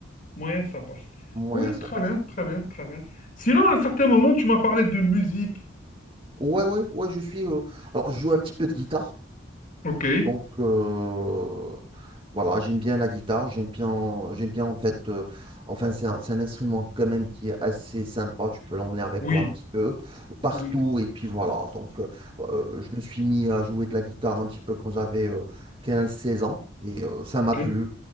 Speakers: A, on the left (about 45°); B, on the right (about 30°).
A: Moyen, ça passe.
B: Moyen,
A: Oui,
B: ça
A: très
B: passe.
A: bien, très bien, très bien. Sinon, à un certain moment, tu m'as parlé de musique.
B: Ouais, ouais, ouais, je suis. euh, Alors, je joue un petit peu de guitare.
A: Ok,
B: Donc, euh, voilà, j'aime bien la guitare, j'aime bien, j'aime bien en fait, euh, enfin, c'est un, c'est un instrument quand même qui est assez sympa, tu peux l'emmener avec
A: oui,
B: toi un petit peu partout,
A: oui.
B: et puis voilà. Donc, euh, euh, je me suis mis à jouer de la guitare un petit peu quand j'avais euh, quinze, seize ans, et euh, ça m'a
A: Ok,
B: plu.